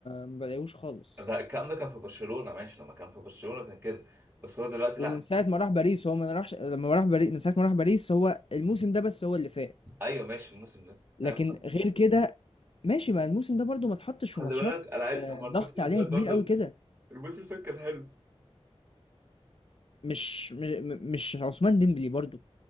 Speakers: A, on the left (about 55°); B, on the right (about 20°).
A: ما بلاقيهوش خالص
B: ده الكلام ده كان في برشلونه ماشي لما كان في برشلونه كان كده بس هو دلوقتي
A: ومن
B: لا
A: ساعة ما راح باريس هو ما راحش لما راح باريس من ساعة ما راح باريس هو الموسم ده بس هو اللي فاق
B: ايوه ماشي الموسم ده
A: لكن
B: ايوه
A: غير كده ماشي ما الموسم ده برضو ما اتحطش في
B: خلي
A: ماتشات
B: بالك العيب
A: آه،
B: طب ما الموسم
A: ضغط
B: اللي
A: عليها
B: فات
A: كبير
B: برضه
A: قوي كده
B: الموسم اللي فات كان حلو
A: مش م- م- مش عثمان ديمبلي برضو